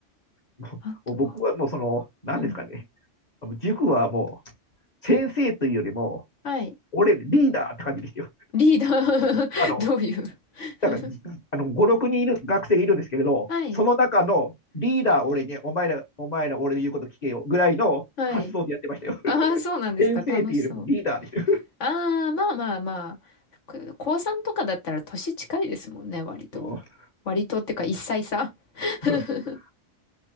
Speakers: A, on the left; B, on the left.
A: もう、
B: あとは、
A: もう僕はもうその、何ですかね。
B: うん。
A: あの塾はもう、先生というよりも、
B: はい。
A: 俺リーダーって感じでしたよ。
B: リーダー <laughs>
A: あの、
B: どういう <laughs>
A: だから、あの、5、6人いる、学生がいるんですけれど、
B: はい。
A: その中のリーダー俺に、お前ら、お前ら俺の言うこと聞けよ、ぐらいの発想でやってましたよ。
B: はい。
A: <laughs>
B: ああ、そうなんですか。
A: 先生っていうよりもリーダーでしたよ。
B: 楽しそう。ああ、まあまあまあ。く高3とかだったら年近いですもんね、割と。
A: も
B: 割とっていうか、一歳差。<laughs>
A: う <laughs>